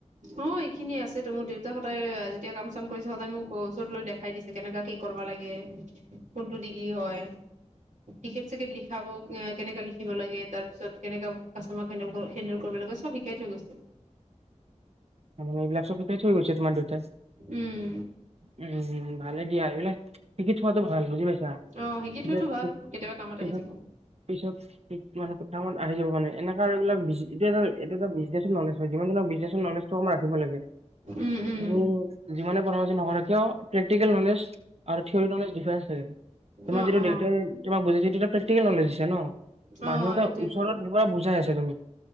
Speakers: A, on the right; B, on the right.
A: অ, এইখিনিয়ে আছে তো, মোৰ দেউতাহঁত তই যেতিয়া কাম চাম কৰিছে সদায় মোক ওচৰত লৈ দেখাই দিছে, কেনেকা কি কৰবা লাগে? কোনটো দি কি হয়? টিকেট চিকেট লিখাব অ', কেনেকা লিখিব লাগে? তাৰপিছত কেনেকা কাষ্টমাৰ হেণ্ডেল কৰিব লাগে? চব কাই থৈ গৈছ
B: মানে এইবিলাক চব শিকাই থৈ গৈছে। তোমাৰ দেউতাই,
A: উম
B: উম, ভালে দিয়া সেইবিলাক সিকি থোৱাতো ভাল বুজি পাইছা,
A: অ শিকি
B: পিছত,
A: থোৱাটো ভাল কেতিয়াবা কামত
B: পিছত
A: আহি যাব
B: পিছত কামত আহি কিব কাৰণে এনেকা এইবিলাক বিজ এইটো এটা, এইটো এটা বিজনেছৰ ন'লেজ হয়। যিমান যি নহওঁক বিজনেছৰ ন'লেজ থাকিব লাগে,
A: উম উম
B: তুমি যিমান <unintelligible> নকৰে কিয় প্ৰেক্টিকেল ন'লেজ আৰু থিয়'ৰি ন'লেজ ডিফাৰেন্ঞ্চ থাকে। তোমাৰ
A: অ
B: যিটো
A: অ
B: দেউতাই তোমাক বুজাইছি সেইটোতো প্ৰেক্টিকেল ন'লেজ দিছ জানো।
A: অ
B: মানুহ এটা
A: সেইটোয়েতো
B: ওচৰত <unintelligible> বুজাই আছে তুমি,